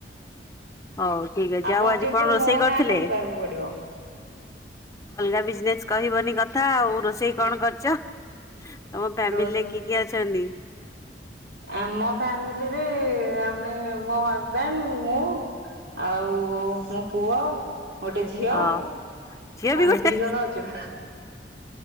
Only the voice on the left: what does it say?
ହଉ ଠିକ ଅଛି
ଆଉ ଆଜି
କଣ ରୋଷେଇ
କରିଥିଲେ?
ଅଲଗା ବିଜନେସ କହିବନି କ କଥା ଆଉ ରୋଷେଇ କଣ କରଛ ତମ ଫ୍ୟାମିଲିରେ
କି କିଏ ଅଛନ୍ତି?
ହଁ ଝିଅ ବି
ଗୋଟେ